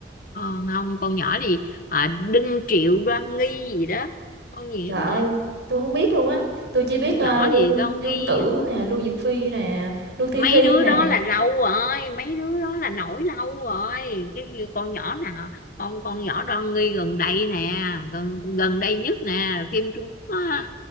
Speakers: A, on the left; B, on the right.
A: Ờ, không con nhỏ gì à, Đinh Triệu Đoan Nghi gì đó con gì
B: Trời ơi,
A: vậy
B: tôi không biết luôn á, tôi chỉ biết,
A: con
B: ơ,
A: nhỏ
B: Lưu
A: gì Đoan
B: Dương
A: Nghi
B: Tử nè, Lưu Diệc Phi nè, Lưu Thi
A: mấy
B: Thi
A: đứa
B: nè.
A: đó là lâu rồi mấy đứa đó là nổi lâu rồi cái như con nhỏ nào con con nhỏ Đoan Nghi gần đây nè gần gần đây nhất nè phim Trung Quốc á